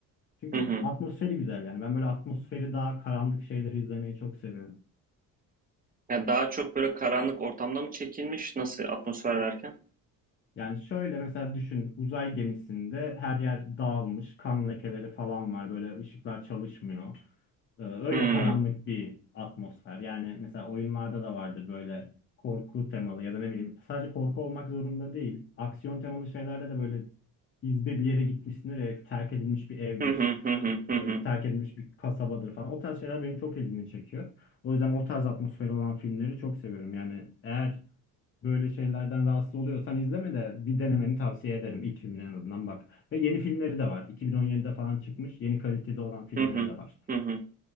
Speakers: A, on the left; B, on the right.
A: Çünkü
B: Hı hı.
A: atmosferi güzel yani. Ben böyle atmosferi daha karanlık şeyleri izlemeyi çok seviyorum.
B: Ya daha çok böyle karanlık ortamda mı çekilmiş? Nasıl atmosfer derken?
A: Yani şöyle mesela düşün uzay gemisinde her yer dağılmış, kan lekeleri falan var böyle ışıklar çalışmıyor. Ee, öyle
B: Hı.
A: karanlık bir atmosfer. Yani mesela oyunlarda da vardır böyle korku temalı ya da ne bileyim sadece korku olmak zorunda değil. Aksiyon temalı şeylerde de böyle izbe bir yere gitmişsindir ya terk edilmiş bir evdir,
B: Hı hı hı hı hı
A: e,
B: hı
A: terk edilmiş bir kasabadır falan. O tarz şeyler benim çok ilgimi çekiyor. O yüzden o tarz atmosferi olan filmleri çok seviyorum. Yani eğer böyle şeylerden rahatsız oluyorsan izleme de bir denemeni tavsiye ederim. İlk filmine en azından bak. Ve yeni filmleri de var. 2017'de falan çıkmış. Yeni kaliteli olan filmleri
B: hı hı
A: de var.
B: hı hı.